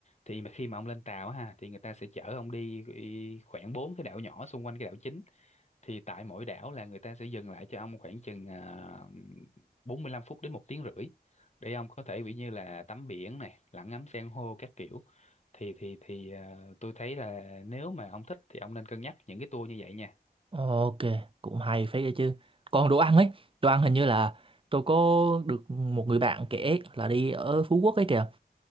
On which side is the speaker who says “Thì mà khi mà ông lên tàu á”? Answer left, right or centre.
Left